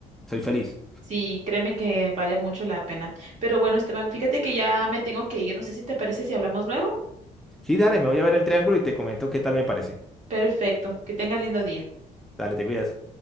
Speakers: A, in the centre; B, on the right.
A: soy feliz.
B: Sí, créeme que vale mucho la pena. Pero bueno, Esteban, fíjate que ya me tengo que ir. No sé si te parece si hablamos luego.
A: Sí, dale, me voy a ver el triángulo y te comento qué tal me parece.
B: Perfecto. Que tengas lindo día.
A: Dale, te cuidas.